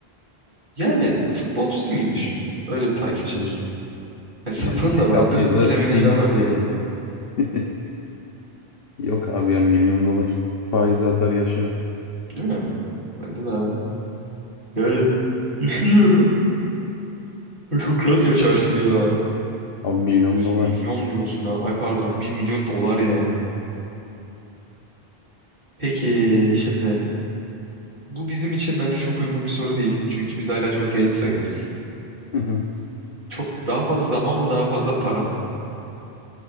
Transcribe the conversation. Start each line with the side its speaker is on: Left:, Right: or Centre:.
Right: Yani futbolcusun gibi düşün. Öyle bir takipçilik.
Left: Hı.
Right: E, sapığın
Left: Yani
Right: da
Left: beş
Right: vardır,
Left: altı yılda
Right: sevenin
Left: şeyim
Right: de vardır
Left: bitecek
Right: yani.
Left: yani. <laughs> Yok abi ya milyon dolar. Faize atar yaşarım.
Right: Değil mi? Bence de abi. Yani düşünüyorum. Çok rahat yaşarsın ya.
Left: Abi milyon
Right: Yüz
Left: dolar
Right: milyon
Left: ya.
Right: diyorsun ha. Ay pardon. Bir milyon dolar yani. Peki şimdi Bu bizim için bence çok uygun bir soru değil. Çünkü biz hala çok genç sayılırız.
Left: Hı hı.
Right: Çok daha fazla zaman mı daha fazla para mı?